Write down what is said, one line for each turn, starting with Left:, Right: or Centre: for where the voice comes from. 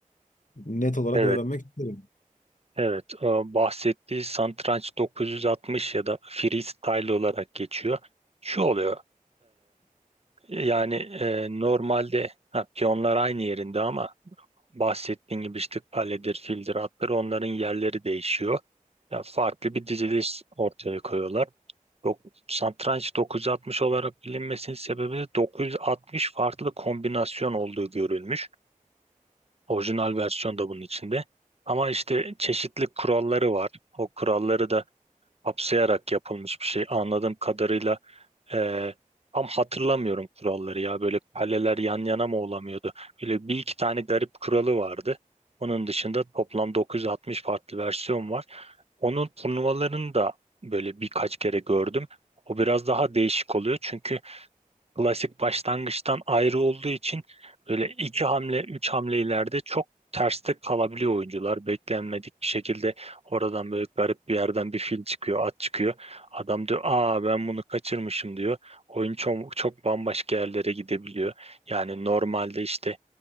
Left: net olarak
Right: Evet,
Left: öğrenmek isterim.
Right: evet. Ee, Bahsettiği satranç 960 ya da freestyle olarak geçiyor. Şu oluyor. Yani e, normalde ha, piyonlar aynı yerinde ama bahsettiğim gibi işte kaledir, fildir, atlar onların yerleri değişiyor. Ya farklı bir diziliş ortaya koyuyorlar. Dok satranç 960 olarak bilinmesinin sebebi de 960 farklı kombinasyon olduğu görülmüş. Orijinal versiyon da bunun içinde. Ama işte çeşitli kuralları var. O kuralları da kapsayarak yapılmış bir şey. Anladığım kadarıyla ee, tam hatırlamıyorum kuralları ya. Böyle kaleler yan yana mı olamıyordu? Böyle bir iki tane garip kuralı vardı. Onun dışında toplam 960 farklı versiyon var. Onun turnuvalarını da böyle birkaç kere gördüm. O biraz daha değişik oluyor çünkü klasik başlangıçtan ayrı olduğu için böyle iki hamle, üç hamle ileride çok terste kalabiliyor oyuncular. Beklenmedik bir şekilde oradan böyle garip bir yerden bir fil çıkıyor, at çıkıyor. Adam diyor, aa ben bunu kaçırmışım diyor. Oyun çok, çok bambaşka yerlere gidebiliyor. Yani normalde işte